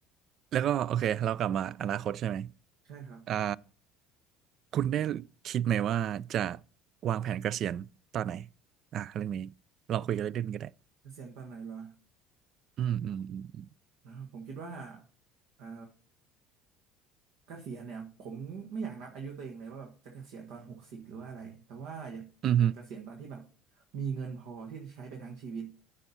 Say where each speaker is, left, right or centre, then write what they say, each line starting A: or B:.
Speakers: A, on the right; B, on the right.
A: แล้วก็โอเคเรากลับมาอนาคตใช่ไหม
B: ใช่ครับ
A: อ่าคุณได้คิดไหมว่าจะวางแผนเกษียณตอนไหนอ่ะเรื่องนี้ลองคุยกันเล่นๆก็ได้
B: เกษียณตอนไหนเหรอ
A: อืมอืมอืมอ
B: อ๋อผมคิดว่าอ่า เกษียณเนี่ยผมไม่อยากนับอายุตัวเองเลยว่าแบบจะเกษียณตอนหกสิบหรือว่าอะไรแต่ว่าอยากอยากเกษียณตอนที่แบบ
A: ืมอืม
B: มีเงินพอที่จะใช้ไปทั้งชีวิต